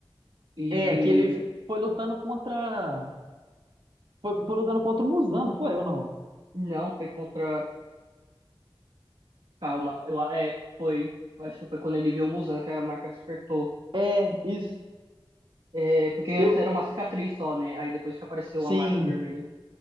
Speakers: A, on the right (about 90°); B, on the right (about 65°).
A: E,
B: É,
A: e
B: que ele foi lutando contra. Foi, foi lutando contra o Muzan, não foi ou não?
A: não, foi contra. Calma, eu, a- é, foi. Eu acho que foi quando ele viu o Muzan que a marca despertou.
B: É, isso.
A: É, porque antes
B: Eu.
A: era uma cicatriz só, né? Aí depois que apareceu
B: Sim,
A: a marca vermelha.